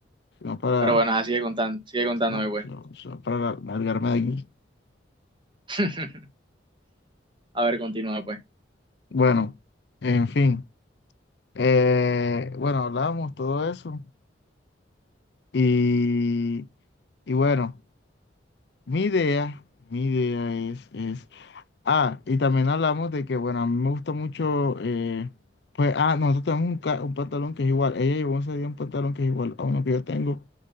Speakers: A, on the left (about 60°); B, on the right (about 25°).
A: No para,
B: pero bueno, ajá, sigue contando, sigue contándome,
A: no,
B: güey.
A: no, no para largarme de aquí.
B: <laughs> A ver, continúa, pues.
A: Bueno, en fin. Eh, bueno, hablamos todo eso. Y, y bueno, mi idea, mi idea es, es. Ah, y también hablamos de que, bueno, a mí me gusta mucho. eh, pues, ah, nosotros tenemos un, ca- un pantalón que es igual. Ella llevó ese día un pantalón que es igual a uno que yo tengo,